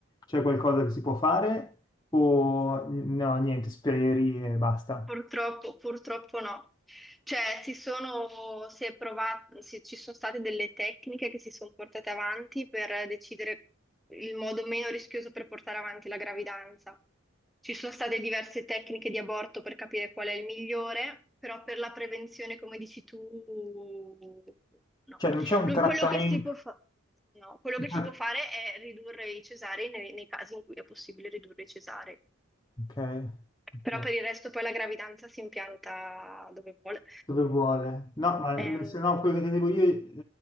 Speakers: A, on the left (about 20°); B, in the centre.
A: C'è qualcosa che si può fare? O no, niente, speri e basta.
B: Purtroppo, purtroppo no. Cioè, si sono, si è provat- si- ci sono state delle tecniche che si sono portate avanti per decidere il modo meno rischioso per portare avanti la gravidanza. Ci sono state diverse tecniche di aborto per capire qual è il migliore, però per la prevenzione, come dici tu, no.
A: Cioè, non c'è un
B: Lui-
A: trattamento.
B: Quello che si può fa- no, quello
A: <laughs>
B: che si può fare è ridurre i cesarei nei, nei casi in cui è possibile ridurre i cesarei.
A: Ok, ok.
B: Però per il resto poi la gravidanza si impianta dove vuole.
A: Dove vuole? No, ma
B: Ehm,
A: eh, se no, quello che devo dire eh,